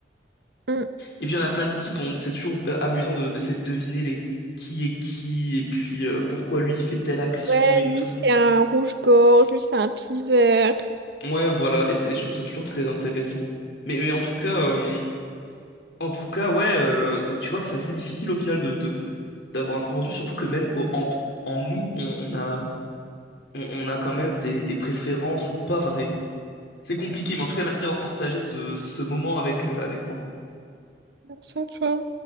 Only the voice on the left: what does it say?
Et puis, il y en a plein de types. on- C'est toujours euh, amusant de- d'essayer de deviner les qui est qui et puis euh, pourquoi lui il fait telle action
et
tout.
Ouais, voilà. Et, c'est- et je trouve ça toujours très intéressant. Mais, mais en tout cas, euh, en tout cas, ouais. euh, donc, tu vois que c'est assez difficile au final de, de d'avoir un consensus, surtout que même au- en, en nous, on, on a, on, on a quand même des, des préférences ou pas. Enfin, c'est, c'est compliqué, mais en tout cas, merci d'avoir partagé ce, ce moment avec, euh, avec moi.